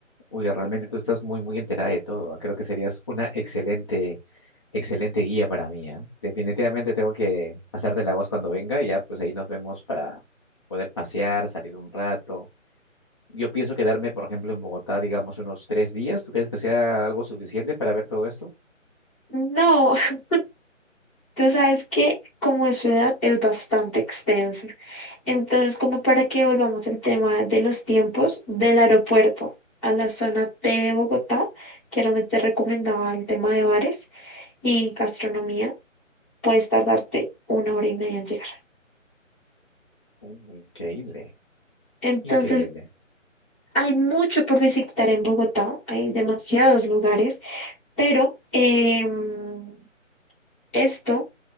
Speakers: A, on the left (about 20°); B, in the centre.
A: oye, realmente tú estás muy, muy enterada de todo. ¿eh? Creo que serías una excelente, excelente guía para mí, ¿ah? Definitivamente tengo que pasarte la voz cuando venga y ya, pues ahí nos vemos para poder pasear, salir un rato Yo pienso quedarme, por ejemplo, en Bogotá, digamos, unos tres días. ¿Tú crees que sea algo suficiente para ver todo esto?
B: No, <laughs> tú sabes que como es ciudad es bastante extensa. Entonces, como para que volvamos al tema de los tiempos del aeropuerto a la zona T de Bogotá, que era donde te recomendaba el tema de bares. y gastronomía, puedes tardarte una hora y media en llegar.
A: Mm, increíble,
B: Entonces,
A: increíble.
B: hay mucho por visitar en Bogotá, hay demasiados lugares, pero em, esto